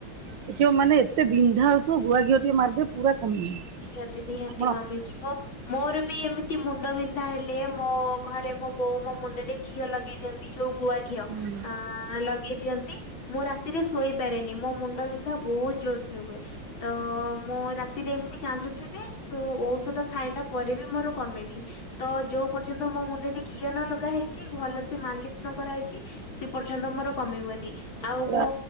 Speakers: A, on the right; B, on the left.
A: ଦେଖବ ମାନେ ଏତେ ବିନ୍ଧା ହଉଥିବ ଗୁଆ ଘିଅ ଟିକେ ମାରଦେବ ପୁରା କମିଯିବ
B: ନିହାତି ନିହାତି
A: ଆପଣ
B: କମିଯିବ। ମୋର ବି ଏମିତି ମୁଣ୍ଡ ବିନ୍ଧା ହେଲେ ମୋ ଘରେ ମୋ ବୋଉ ମୋ ମୁଣ୍ଡରେ ଘିଅ ଲଗେଇ ଦିଅନ୍ତି ଯୋଉ ଗୁଆ ଘିଅ
A: ହୁଁ
B: ଅ ଲଗେଇ ଦିଅନ୍ତି। ମୁଁ ରାତିରେ ଶୋଇପାରେନି। ମୋ ମୁଣ୍ଡବନ୍ଧା ବହୁତ ଜୋରସେ ହୁଏ। ତ ମୁଁ ରାତିରେ ଏମିତି କାନ୍ଦୁଥିବି। ମୁଁ ଔଷଧ ଖାଇଲା ପରେ ବି ମୋର କମେନି। ତ ଯୋଉ ପର୍ଯ୍ୟନ୍ତ ମୋ ମୁଣ୍ଡରେ ଘିଅ ନଲଗା ହେଇ ଚି ଭଲ ସେ ମାଲିସ ନ କରାହେଇଛି ସେ ପର୍ଯ୍ୟନ୍ତ ମୋର କମିବନି। ଆଉ
A: ପୁରା
B: ମୋ